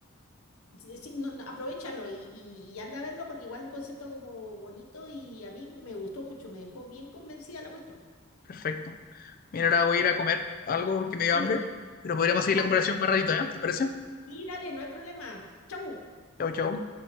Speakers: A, on the left; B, on the left.
A: Sí, sí, no, no, aprovechalo y, y- y anda a verlo porque igual un concepto como bonito y a mí me gustó mucho, me dejó bien convencida la cuestión.
B: Perfecto. Mira, ahora voy a ir a comer algo porque me dio
A: Dale,
B: hambre, pero podríamos seguir
A: dale,
B: la conversación más ratito, ¿eh? ¿Te parece?
A: y dale, no hay problema. Chau.
B: Chao, chao.